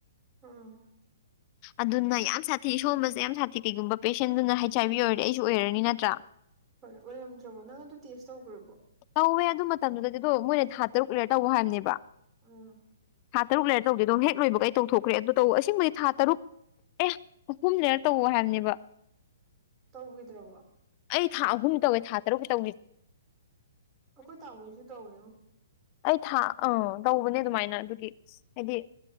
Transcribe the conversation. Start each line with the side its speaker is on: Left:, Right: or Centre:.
Right: ꯑꯥ
Left: ꯑꯗꯨꯅ ꯌꯥꯝ ꯁꯥꯊꯤ ꯁꯣꯝꯕꯁꯦ ꯌꯥꯝ ꯁꯥꯊꯤ ꯀꯩꯒꯨꯝꯕ ꯄꯦꯁꯦꯟꯗꯨꯅ ꯍꯩꯆ ꯑꯥꯏ ꯕꯤ ꯑꯣꯏꯔꯗꯤ ꯑꯩꯁꯨ ꯑꯣꯏꯔꯅꯤ ꯅꯠꯇ꯭ꯔꯥ
Right: ꯍꯣꯏ ꯑꯣꯏꯔꯝꯗ꯭ꯔꯕꯣ ꯅꯪ ꯑꯗꯨ ꯇꯦꯁ ꯇꯧꯒ꯭ꯔꯕꯣ
Left: ꯇꯧꯋꯦ ꯑꯗꯨ ꯃꯇꯝꯗꯨꯗꯗꯤ ꯑꯗꯣ ꯃꯣꯏꯅ ꯊꯥ ꯇꯔꯨꯛ ꯂꯩꯔ ꯇꯧ ꯍꯥꯏꯕꯅꯦꯕ
Right: ꯑꯥ
Left: ꯊꯥ ꯇꯔꯨꯛ ꯂꯩꯔ ꯇꯧꯗꯦ ꯍꯦꯛ ꯂꯣꯏꯕꯒꯩ ꯑꯩ ꯇꯧꯊꯣꯛꯈ꯭ꯔꯦ ꯑꯗꯨ ꯇꯧꯕ ꯑꯁꯦꯡꯕ ꯊꯥ ꯇꯔꯨꯛ ꯑꯦ ꯑꯍꯨꯝ ꯂꯩꯔ ꯇꯧ ꯍꯥꯏꯕꯅꯦꯕ
Right: ꯇꯧꯒꯤꯗ꯭ꯔꯕꯣ
Left: ꯑꯩ ꯊꯥ ꯑꯍꯨꯝ ꯇꯧꯋꯦ ꯊꯥ ꯇꯔꯨꯛꯀꯤ ꯇꯧꯈꯤꯁꯦ
Right: ꯑꯣꯈꯣꯏ ꯇꯥꯎꯑꯣꯁꯨꯨ ꯇꯧꯑꯦꯌꯣ
Left: ꯑꯩ ꯊꯥ ꯑꯥ ꯇꯧꯕꯅꯦ ꯑꯗꯨꯃꯥꯏꯅ ꯑꯗꯨꯒꯤ ꯍꯥꯏꯗꯤ